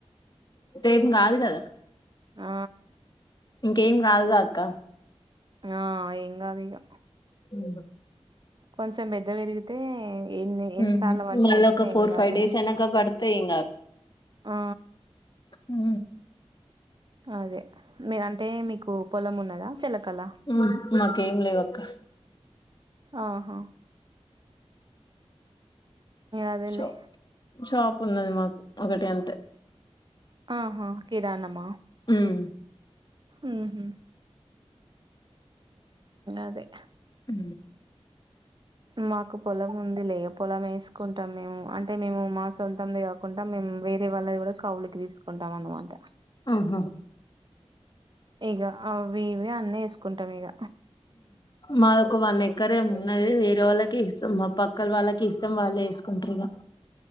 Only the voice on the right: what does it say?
ఆ
ఆ ఎం గదు ఇగా
కొంచెం పెద్ద పెరిగితే ఎన్ని ఎన్నిసార్లు
వర్షం
వచ్చినా
ఏం కావలేదండి
ఆ
అదే మీ అంటే మీకు పొలం ఉన్నదా చిలకల
ఆహ అదేలే
ఆహ కిరాణమా
ఊహు అదే
మాకు పొలం ఉంది లే పొలం వేసుకుంటాం మేము అంటే మేము మా సొంతం ది కుంటాం మేము వేరే వాళ్ళది కూడ కవులుకి తీసుకుంటాం అనమాట
ఇగ వ్ ఇవి అన్నీ వేసుకుంటాం ఇక